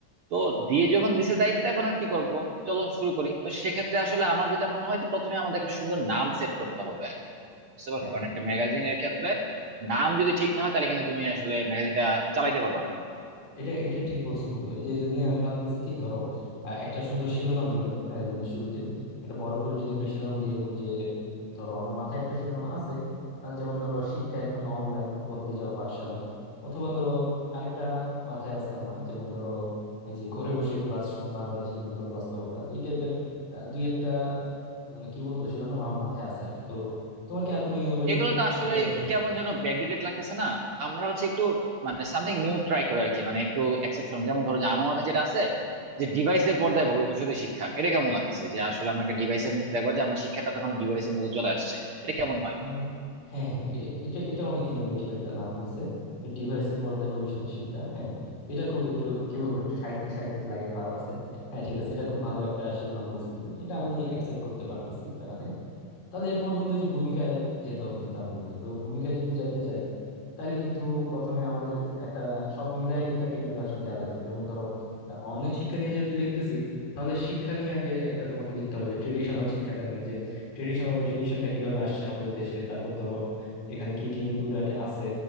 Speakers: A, on the right (about 70°); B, on the left (about 80°).
A: তো দিয়ে যখন দিছে দায়িত্ব এখন আর কি করব চলো শুরু করি তো সেক্ষেত্রে আসলে আমার যেটা মনে হয় যে প্রথমে আমাদের একটা সুন্দর নাম সেট করতে হবে আগে বুঝতে পারছো
B: হ্যাঁ
A: কারণ একটা ম্যাগাজিনের ক্ষেত্রে নাম যদি ঠিক না হয় তাহলে কিন্তু তুমি আসলে ম্যাগাজিনটা চালাইতে পারবা না
B: এটা এটা ঠিক বলছো বন্ধু এই যে এই জন্য আমি ভাবতেছি কি ধরো আহ, একটা সুন্দর শিরোনাম দিব আর কি ম্যাগাজিনের শুরুতেই একটা বড় করে যদি একটা শিরোনাম দিই এরকম যে ধরো আমার মাথায় একটা শিরোনাম আছে আহ, যেমন ধরো শিক্ষা এখন অনলাইন বদলে যাওয়া পাঠশালা অথবা ধরো আরেকটা মাথায় আছে আমার যেমন ধরো এই যে ঘরে বসে ক্লাসরুম বাংলাদেশের নতুন বাস্তবতা এই টাইপের দুই একটা মানে কি বলবো শিরোনাম আমার মাথায় আছে আর কি তো তোমার কি আর কোনো ইনোভেটিভ
A: এগুলো তো আসলে
B: আইডিয়া আছে
A: একটু কেমন যেন ব্যাকডেটেড লাগতেছে না আমরা হচ্ছে একটু মানে সামথিং নিউ ট্রাই করি আর কি মানে একটু এক্সেপশন যেমন ধরো যে আমার মাথায় যেটা আছে যে ডিভাইসের পর্দায় ভবিষ্যতে শিক্ষা এটা কেমন লাগতেছে যে আসলে আমরা ডিভাইসের দেখবো যে আমরা শিক্ষাটা তখন ডিভাইসের মধ্যে চলে আসছে এটা কেমন হয়
B: আম, হ্যাঁ হ্যাঁ এটা এটা এটা অনেক ইনোভেটিভ একটা নাম হয়েছে ডিভাইসের পর্দায় ভবিষ্যতে শিক্ষা হ্যাঁ এটা খুব একটু কি বলবো একটু সাহিত্যিক সাহিত্যিক লাগে ভাব আছে হ্যাঁ ঠিক আছে এটা খুব ভালো একটা শিরোনাম বলছো তুমি এটা আমি অ্যাকসেপ্ট করতে পারতেছি প্যারা নাই তাহলে এরপর বন্ধু যে ভূমিকায় যেতে হবে কিন্তু আমাদেরকে তো ভূমিকায় যদি যাইতে চাই তাইলে কিন্তু প্রথমে আমাদের একটা সব মিলায় কিন্তু একটা ইন্ট্রোডাকশন দেওয়া লাগবে যেমন ধরো অনলাইন শিক্ষা নিয়ে যেহেতু লিখতেছি তাহলে শিক্ষা নিয়ে আগে একটা তোমাকে লিখতে হবে যে ট্রেডিশনাল শিক্ষাটা নিয়ে ট্রেডিশনাল এডুকেশনটা কিভাবে আসছে আমাদের দেশে তারপর ধরো এখানে কি কি ইনক্লুডেড আছে